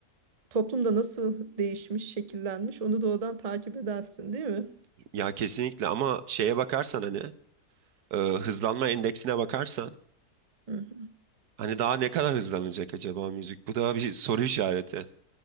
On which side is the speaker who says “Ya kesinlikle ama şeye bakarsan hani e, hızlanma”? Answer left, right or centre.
Right